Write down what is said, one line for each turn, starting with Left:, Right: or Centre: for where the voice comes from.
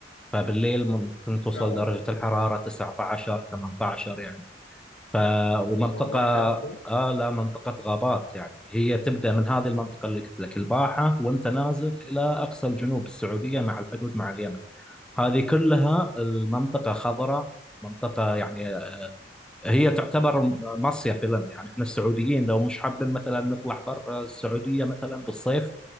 Centre: فبالليل ممكن توصل
Left: فعلا
Centre: درجة الحرارة 19 18 يعني ف ومنطقة
Left: والله فعلا
Centre: آه لا منطقة غابات يعني هي تبدأ من هذه المنطقة اللي قلت لك الباحة وانت نازل إلى أقصى الجنوب السعودية مع الحدود مع اليمن هذه كلها المنطقة خضراء منطقة يعني هي تعتبر مصيف لنا يعني احنا السعوديين لو مش حابين مثلا نطلع برا السعودية مثلا بالصيف